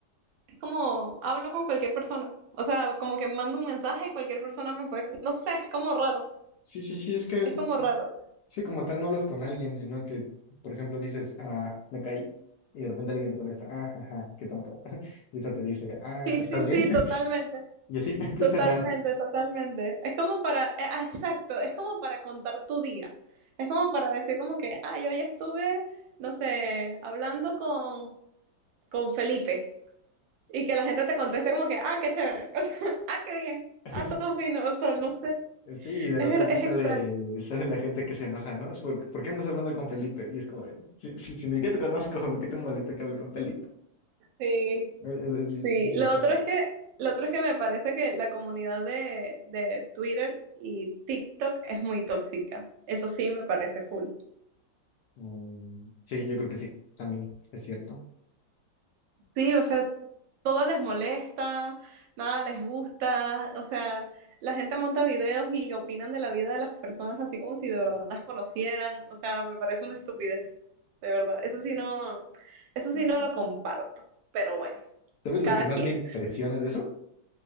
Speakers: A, on the right; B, on the left.
A: es como, hablo con cualquier persona. O sea, como que mando un mensaje y cualquier persona me puede, no sé, es como raro.
B: Sí, sí, sí, es que,
A: Es como raro.
B: sí, como tal no hablas con alguien, sino que, por ejemplo, dices, ah, me caí, y de repente alguien te contesta, ah, ajá, qué tonto. <laughs> Y otra te dice, ah,
A: Sí,
B: ¿estás
A: sí,
B: bien?
A: sí,
B: <laughs>
A: totalmente.
B: Y así <laughs> empiezan
A: Totalmente,
B: a...
A: totalmente. Es como para, eh, ah, exacto, es como para contar tu día. Es como para decir como que, ay, hoy estuve, no sé, hablando con, con Felipe y que la gente te conteste como que, ah, qué chévere, <laughs> o sea, ah, qué bien,
B: <laughs>
A: ah, todo fino, o sea, no sé,
B: Sí, y de
A: es,
B: repente
A: es
B: sale,
A: extraño.
B: sale la gente que se enoja, ¿no? Es porque, ¿por qué andas hablando con Felipe? Y es como, si, si- si ni siquiera te conozco, <laughs> ¿por qué te molesta que hable con Felipe?
A: Sí,
B: Es, es-
A: sí.
B: es bien
A: Lo
B: extraño.
A: otro es que, lo otro es que me parece que la comunidad de, de Twitter y TikTok es muy tóxica. Eso sí me parece full.
B: Mm, sí, yo creo que sí, también es cierto.
A: Sí, o sea, todo les molesta, nada les gusta, o sea, la gente monta videos y opinan de la vida de las personas así como si de verdad las conocieran, o sea, me parece una estupidez, de verdad. Eso sí no, eso sí no lo comparto, pero bueno,
B: ¿Sabes lo
A: cada
B: que más
A: quien.
B: me impresiona de eso?